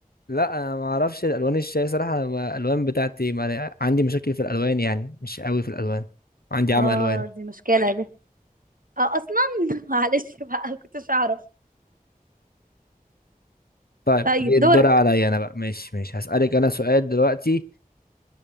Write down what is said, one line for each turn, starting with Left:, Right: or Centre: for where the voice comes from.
Left: لا انا ما اعرفش الوان الشاي صراحه أنا ما- الالوان بتاعتي ما عندي مشاكل في الالوان يعني مش قوي في الالوان عندي
Right: اه
Left: عمى الوان
Right: دي مشكله يا بنت اه اصلا <laughs> معلش بقى كنتش اعرف
Left: طيب
Right: طيب
Left: دي الدور
Right: دورك
Left: عليا انا بقى ماشي ماشي هسالك انا سؤال دلوقتي